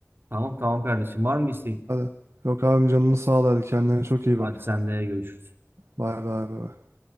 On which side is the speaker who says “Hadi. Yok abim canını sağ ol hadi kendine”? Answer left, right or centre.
Right